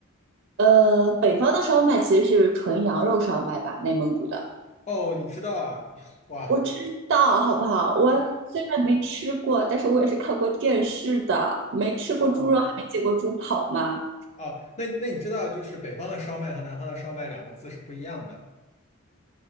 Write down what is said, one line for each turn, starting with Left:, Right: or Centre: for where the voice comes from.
Right: 呃，北方的烧麦其实是纯羊肉烧麦吧，内蒙古的。
Left: 哦，你知道啊？<laughs> 哇，
Right: 我知道，好不好？我虽然没吃过，但是我也是看过电视的。没吃过猪肉，
Left: 哦
Right: 还没见过猪跑吗？
Left: 哦，那那你知道就是北方的烧麦和南方的烧麦两个字是不一样的。